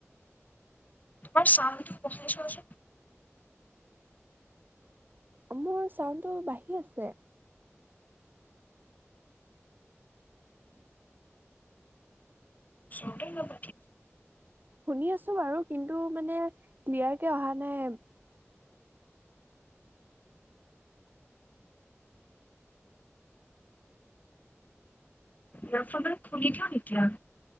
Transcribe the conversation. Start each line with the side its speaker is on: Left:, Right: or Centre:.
Left: তোমাৰ চামটো কহাই চজ
Right: মোৰ চাউণ্ডটো বাঢ়ি আছে
Left: চট প
Right: শুনি আছো বাৰু কিন্তু মানে ক্লিয়াৰ কে অহা নাই
Left: নফাৰ খুলি থা এতিয়া